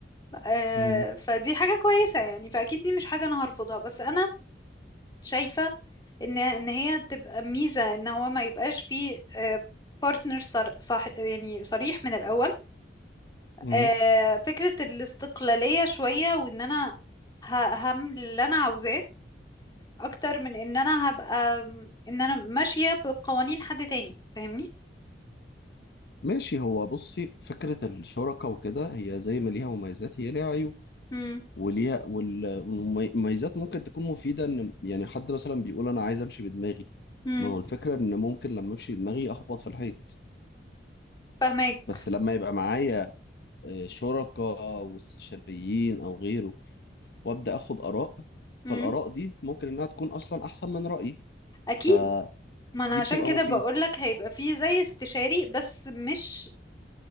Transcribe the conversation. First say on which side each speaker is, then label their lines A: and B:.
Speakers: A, on the left; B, on the left.
A: آه،
B: مم.
A: فدي حاجة كويسة يعني فاكيد دي مش حاجة انا هرفضها بس انا شايفة ان ان هي تبقى ميزة ان هو ما يبقاش فيه بارتنر صح يعني صريح من الاول
B: مم.
A: آه، فكرة الاستقلالية شوية وان انا ه- هعمل اللي انا عاوزاه اكتر من ان انا هبقى ان انا ماشية بقوانين حد تاني فاهمني
B: ماشي هو بصي فكرة الشركة وكده هي زي ما ليها مميزات هي ليها عيوب
A: امم
B: وليها وال- والمميزات ممكن تكون مفيدة ان يعني حد مثلا بيقول انا عايز امشي بدماغي
A: امم
B: ما هو الفكرة ان ممكن لما امشي بدماغي اخبط في الحيط
A: فاهماك
B: بس لما يبقى معايا آه، شركاء واستشاريين او غيره وابدا اخد اراء
A: امم
B: فالاراء دي ممكن انها تكون اصلا احسن من رايي
A: اكيد
B: فدي
A: ما انا عشان
B: بتبقى
A: كده
B: مفيدة
A: بقولك هيبقى فيه زي استشاري بس مش